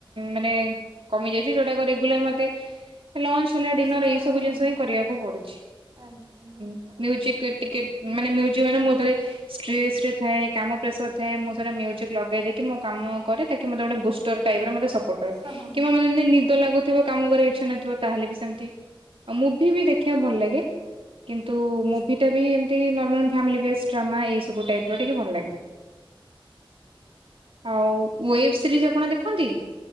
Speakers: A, on the right; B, on the right.
A: ମାନେ କମି ଯାଇଛି ଯୋଉଟା ରେଗୁଲାର ମତେ ଲଞ୍ଚ ହେଲା ଡିନର
B: ହଁ
A: ଏଇ ସବୁ
B: ହଁ ହଁ
A: ଜିନିଷ ହିଁ କରିବାକୁ ପଡୁଛି।
B: ଆଜ୍ଞା ଆଜ୍ଞା।
A: ମ୍ୟୁଜିକ୍ ରେ ଟିକେଟ୍ ମାନେମ ମାନେ ମୁଁଳେ ଷ୍ଟ୍ରେସ୍ ରେ ଥାଏ କାମ ପ୍ରେସର ଥାଏ ମୁଁ ସେଟା ମ୍ୟୁଜିକ୍ ଲଗେଇ ଦେଇକି ମୁଁ କାମ କରେ ତାକି ମତେ ଗୋଟେ ବୁଷ୍ଟ ଟାଇମ୍ ରେ ମତେ ସପୋର୍ଟ କରିବ
B: ହଁ ହଁ।
A: କିମ୍ବା ମୋତେ ଯଦି ନିଦ ଲାଗୁଥିବ କାମ କରିବା କୁ ଇଚ୍ଛା ନଥିବ ତାହେଲେ ବି ସେମିତି ଆଉ ମୁଭି ବି ଦେଖିବା କୁ ଭଲ ଲାଗେ। କିନ୍ତୁ
B: ହଁ
A: ମୁଭିଟା ବି ଏମିତି ନର୍ମାଲ ଫ୍ୟାମିଲି ବେଷ୍ଟ ଡ୍ରାମା ଏଇସବୁ ଟାଇପ୍ ଟିକେ ଭଲ ଲାଗେ। ଆଉ ୱେବ୍ ସିରିଜ ଆପଣ ଦେଖନ୍ତି।